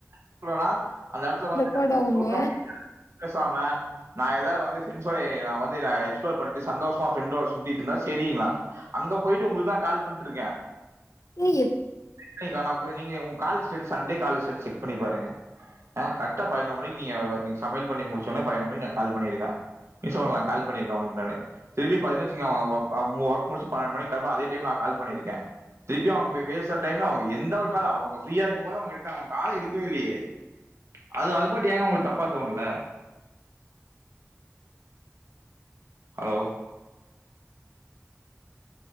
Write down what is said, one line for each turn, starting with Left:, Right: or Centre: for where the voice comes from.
Right: சொல்றேனா அந்த இடத்துல வந்து
Left: பட்
Right: நான் வந்து
Left: அவுங்க
Right: சொல்றவங்க பேசாம நா ஏதாவது வந்து ஃப்ரெண்ட்ஸ்சோடே நா வந்து நா எக்ஸ்ப்ளோர் பண்ட்டு சந்தோஷமா ஃப்ரெண்டோட சுத்திட் இருந்தா செரிங்ளா அங்க போய்ட்டு உங்களுக்குதா கால் பண்ட்டு இருக்கே
Left: ஏய்
Right: <unintelligible> நீங்க உங் call status Sunday call status check பண்ணி பாருங்க அ கட் கரக்ட்டா பதினோ மணிக் நீங்க நீங்க சமையல் பண்ணி முடிச்சோனே பதிணோ மணி நா கால் பண்ணிருக்க கிஷோ நா கால் பண்ணிருக்க உங்களுக் முன்னாலே திருப்பி பதினஞ்சுங்க அவ அ அவன் ஒர்க் முடிச்சு பன்னண்டு மணிக் கால் பண்ணுவா அதே டைம் நா கால் பண்ணிருக்கே திருப்பி அவுங்க பே பேசுற டைம்ல அவுங்க எந்த ஒரு கால் அவுங்க ஃப்ரியா இருக்கும் போது அவங்க எடுத்தாங்க அவங்க கால எடுக்கவே இல்லயே அது அது மட்டு ஏங்க உங்களுக் தப்பா தோண்ல ஹலோ